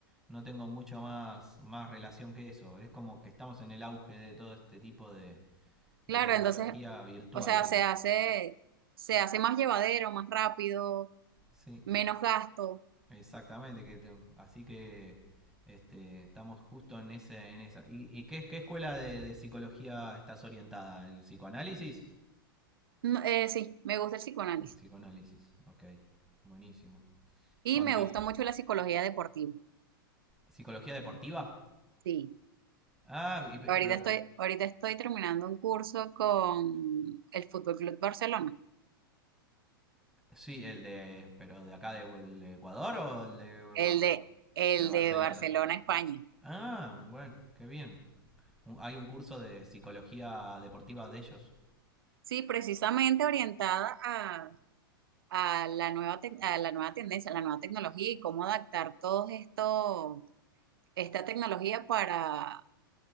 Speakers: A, in the centre; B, on the right.
A: no tengo mucho más, más relación que eso. Es como que estamos en el auge de todo este tipo de, de
B: Claro,
A: tecnología
B: entonces,
A: virtual,
B: o sea,
A: digamos.
B: se hace, se hace más llevadero, más rápido,
A: Sí.
B: menos gasto.
A: Exactamente, que te- así que este, estamos justo en ese, en esa. ¿Y, y qué, qué escuela de, de psicología estás orientada? ¿El psicoanálisis?
B: No, eh, sí, me gusta el psicoanálisis.
A: El psicoanálisis, ok, buenísimo.
B: Y
A: ¿Con
B: me
A: di-
B: gusta mucho la psicología deportiva.
A: psicología deportiva?
B: Sí.
A: Ah, y pe-
B: Ahorita
A: pero
B: estoy, ahorita estoy terminando un curso con el Fútbol Club Barcelona,
A: sí, el de, pero de acá de, el de Ecuador o el de, Bar-
B: el
A: Bar-
B: de, el
A: de Barcelona.
B: de Barcelona, España.
A: Ah, bueno, qué bien. Un- hay un curso de psicología deportiva de ellos.
B: Sí, precisamente orientada a, a la nueva tec- a la nueva tendencia, a la nueva tecnología y cómo adaptar todo esto, esta tecnología para